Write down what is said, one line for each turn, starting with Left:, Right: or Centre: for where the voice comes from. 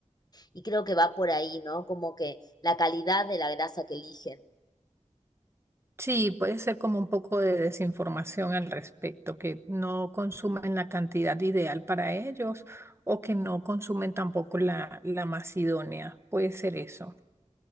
Left: Y creo que va por ahí, ¿no? Como que la calidad de la grasa que eligen.
Right: Sí, puede ser como un poco de desinformación al respecto, que no consumen la cantidad ideal para ellos o que no consumen tampoco la, la más idónea. Puede ser eso,